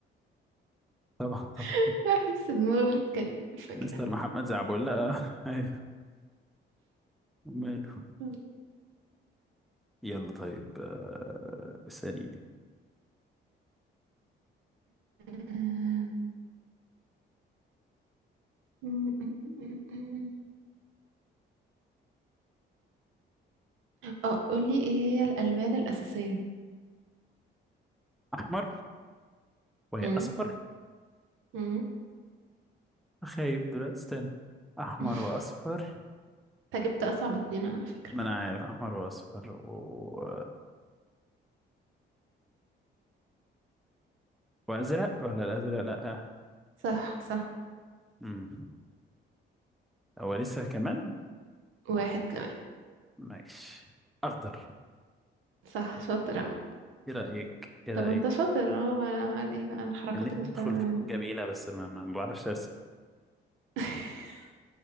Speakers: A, in the centre; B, on the right (about 85°).
A: طبعا طبعا
B: <laughs> احس دماغه متكلفة
A: مستر محمد زعبولة أيوه وماله
B: كده
A: يلا طيب آه. ثاني
B: <laughs> مم، مم، مم، مم. اه قولي ايه هي الألوان الأساسية
A: أحمر وهي
B: مم،
A: أصفر
B: مم.
A: خايف دلوقتي استنى أحمر
B: <laughs>
A: وأصفر
B: انت جبت أصعب اتنين على فكرة
A: ما أنا عارف أحمر وأصفر و... وأزرق ولا الأزرق لأ آه.
B: صح صح
A: مم. هو لسه كمان
B: واحد كمان
A: ماشي أخضر
B: صح شاطر عامة
A: إيه رأيك إيه رأيك
B: طب انت شاطر اه بقى امال ايه بقى الحركات
A: اللي
B: اللي
A: ندخل
B: بتعملها
A: فنون
B: دي
A: جميلة بس ما ما ما بعرفش أرسم
B: <laughs>